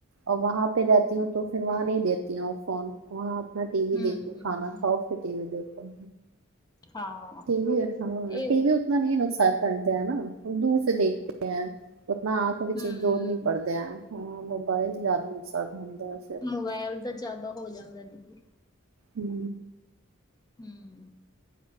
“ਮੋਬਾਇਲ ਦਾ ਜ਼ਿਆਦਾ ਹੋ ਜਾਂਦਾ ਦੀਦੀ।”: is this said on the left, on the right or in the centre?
Left